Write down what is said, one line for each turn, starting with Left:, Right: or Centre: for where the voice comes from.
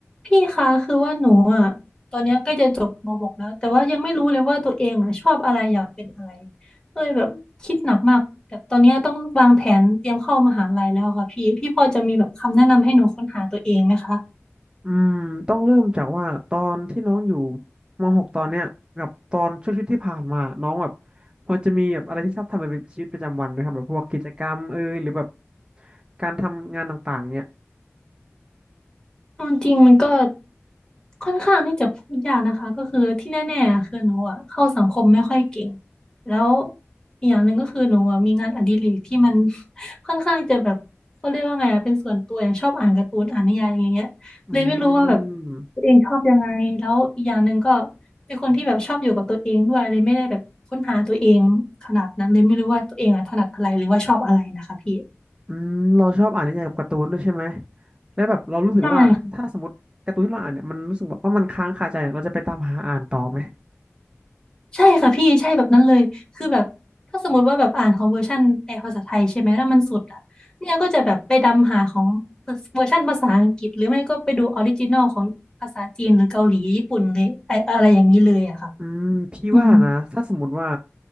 Left: พี่คะคือว่าหนูอ่ะตอนเนี้ยใกล้จะจบม .6 แล้วแต่ว่ายังไม่รู้เลยว่าตัวเองอ่ะชอบอะไรอยากเป็นอะไรก็เลยแบบคิดหนักมากแต่ตอนเนี้ยต้องวางแผนเตรียมเข้ามหาลัยแล้วค่ะพี่พี่พอจะมีแบบคำแนะนำให้หนูค้นหาตัวเองไหมคะ
Right: อืมต้องเริ่มจากว่าตอนที่น้องอยู่ม .6 ตอนเนี้ยกับตอนช่วงชีวิตที่ผ่านมาน้องแบบพอจะมีแบบอะไรที่ชอบทำเป็นชีวิตประจำวันไหมครับแบบพวกกิจกรรมเอยหรือแบบการทำงานต่างๆเนี้ย
Left: เอาจริงมันก็ค่อนข้างที่จะพูดยากนะคะก็คือที่แน่ๆคือหนูอะเข้าสังคมไม่ค่อยเก่งแล้วอีกอย่างหนึ่งก็คือหนูอะมีงานอดิเรกที่มัน <laughs> ค่อนข้างจะแบบเขาเรียกว่าไงอะเป็นส่วนตัวอย่างชอบอ่านการ์ตูนอ่านนิยายอย่างเงี้ยเลยไม่รู้ว่าแบบ
Right: อืม
Left: ตัวเองชอบยังไงแล้วอีกอย่างหนึ่งก็เป็นคนที่แบบชอบอยู่กับตัวเองด้วยเลยไม่ได้แบบค้นหาตัวเองขนาดนั้นเลยไม่รู้ว่าตัวเองอะถนัดอะไรหรือว่าชอบอะไรนะคะพี่
Right: อืมเราชอบอ่านนิยายกับการ์ตูนด้วยใช่ไหมแล้วแบบเรารู้สึกว่าถ้าสมมติการ์ตูนที่เราอ่านเนี่ยมันรู้สึกแบบว่ามันค้างคาใจเนี่ยเราจะไปตามหาอ่านต่อไหม
Left: ใช่ ใช่ค่ะพี่ใช่แบบนั้นเลยคือแบบถ้าสมมติว่าแบบอ่านของเวอร์ชันแปลภาษาไทยใช่ไหมแล้วมันสุดอ่ะเนี่ยก็จะแบบไปดำหาของเวอร์ชันภาษาอังกฤษหรือไม่ก็ไปดูออริจินอลของภาษาจีนหรือเกาหลีญี่ปุ่นเลยไออะไรอย่างนี้เลยอะค่ะ
Right: อืมพี่ว่านะถ้าสมมติว่า
Left: อืม